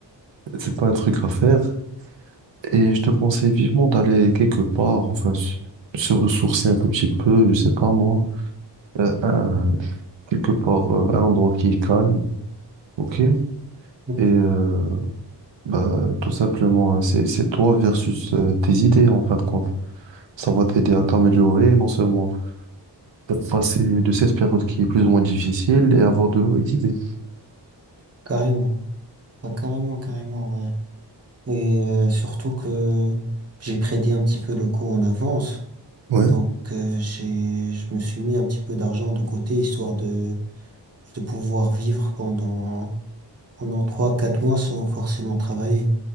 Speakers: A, on the right; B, on the right.
A: c'est pas un truc à faire. Et je te conseille vivement d'aller quelque part, enfin, se se ressourcer un tout petit peu, je sais pas moi, euh, un- quelque part, euh, un endroit qui est calme, ok? Et
B: ok,
A: euh, bah, tout simplement, hein, c'est, c'est toi versus euh, tes idées, en fin de compte. Ça va t'aider à t'améliorer, non seulement à passer de cette période qui est plus ou moins difficile et avoir de nouvelles idées.
B: carrément. Ah, carrément, carrément, ouais. Et euh, surtout que j'ai prédit un petit peu le coup en avance.
A: Ouais,
B: Donc euh, j'ai je me suis mis un petit peu d'argent de côté histoire de de pouvoir vivre pendant pendant trois quatre mois sans forcément travailler.